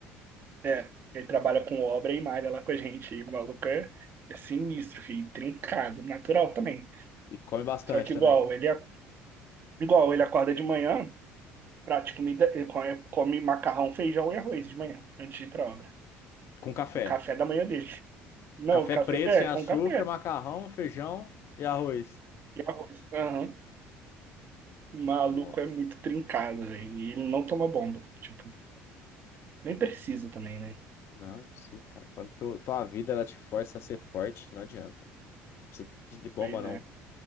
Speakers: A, on the right (about 40°); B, on the left (about 50°).
A: É, ele trabalha com obra e malha lá com a gente. E o maluco é, é sinistro, filho, trincado, natural também.
B: E come bastante
A: Só que
B: também.
A: igual, ele é, igual, ele acorda de manhã, prata de comida, ele come, come macarrão, feijão e arroz de manhã, antes de ir pra obra.
B: Com café.
A: É o café da manhã dele. Não,
B: Café
A: café,
B: preto,
A: é,
B: sem açúcar,
A: com café
B: macarrão, feijão e arroz.
A: e arroz. Aham. O Maluco
B: Nossa,
A: é muito trincado, velho. E ele não toma bomba. Tipo, nem precisa também, né?
B: não, não precisa, cara. Quando tu, tua vida ela te força a ser forte, não adianta. Não precisa de de bomba,
A: Pois
B: não.